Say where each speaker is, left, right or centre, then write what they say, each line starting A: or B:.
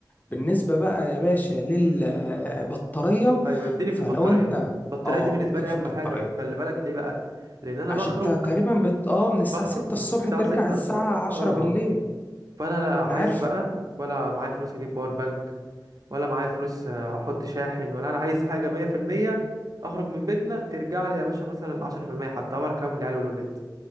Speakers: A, on the left; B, on the right.
A: بالنسبة بقى يا باشا للبطارية
B: ايوه اديني
A: فلو
B: في البطارية
A: انت
B: البطارية
A: اه
B: دي بالنسبة
A: اديك
B: لي
A: في
B: اهم
A: البطارية
B: حاجة خلي بالك ليه بقى لان انا
A: عشان
B: بخرج
A: انت تقريبا بت... اه من
B: بخرج
A: الساعة 6
B: من
A: الصبح
B: الساعة
A: ترجع
B: 6
A: الساعة
B: الصبح
A: 10
B: آه.
A: بالليل
B: فانا لا عايز
A: انا عارف
B: بقى ولا معايا فلوس اجيب باور بانك ولا معايا فلوس آه، احط شاحن ولا انا عايز حاجه 100% اخرج من بيتنا ترجع لي يا باشا مثلا 10% حتى اعرف اكمل العيال والولاد